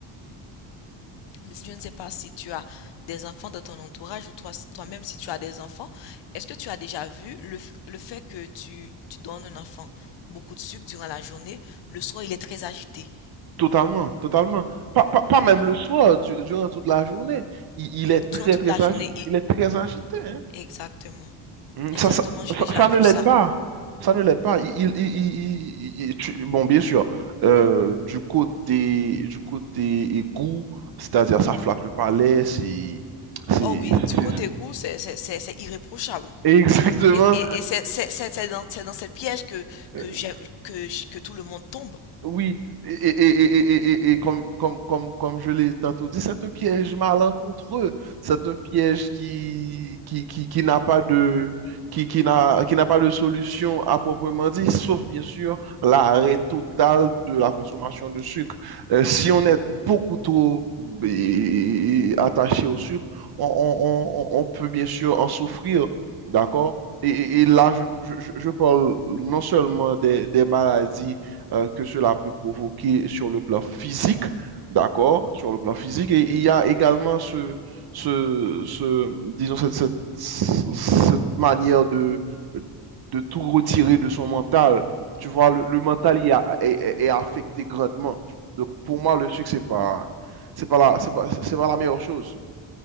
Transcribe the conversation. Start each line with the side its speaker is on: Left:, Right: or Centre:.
Left: je ne sais pas si tu as des enfants dans ton entourage ou toi toi-même si tu as des enfants est-ce que tu as déjà vu le, le fait que tu tu donnes un enfant beaucoup de sucre durant la journée le soir il est très agité
Right: Totalement, totalement. Pas, pas, pas même le soir, du- durant toute la journée. Il, il est très,
Left: durant toute
Right: très,
Left: la
Right: agi-
Left: journée il-
Right: il est très agité. hein.
Left: exactement
Right: Mm,
Left: exactement
Right: Ça, ça,
Left: j'ai
Right: ça,
Left: déjà
Right: ça
Left: vu
Right: ne l'aide
Left: ça
Right: pas. Ça ne l'aide pas. Il, il- il- il- il- il- tu- bon, bien sûr, euh, du côté, du côté égout, c'est-à-dire ça flatte le palais, c'est, c'est,
Left: oh oui du
Right: c'est-
Left: côté
Right: c'est-
Left: goût c'est c'est c'est- c'est irréprochable
Right: <laughs> exactement.
Left: Et, et, et c'est, c'est, c'est, c'est dans, c'est dans cette piège que,
Right: <laughs>
Left: que, j'aime- que, j- que tout le monde tombe.
Right: Oui, et, et- et- et- et- et- et comme, comme, comme, comme je l'ai tantôt dit, c'est un piège malencontreux. C'est un piège qui, qui, qui, qui n'a pas de, qui, qui n'a, qui n'a pas de solution à proprement dit, sauf bien sûr l'arrêt total de la consommation de sucre. Euh, si on est beaucoup trop eh, attaché au sucre, on, on- on- on peut bien sûr en souffrir, d'accord? Et, et- et là, je, je, je- je parle non seulement des des maladies, euh, que cela peut provoquer sur le plan physique, d'accord, sur le plan physique. Et il y a également ce, ce, ce disons, cette, cette, cette manière de, de tout retirer de son mental. Tu vois, le, le mental il a- est, est- est affecté grandement. Donc, pour moi, le sucre, c'est pas, c'est pas la, c'est pas, c'est pas la meilleure chose.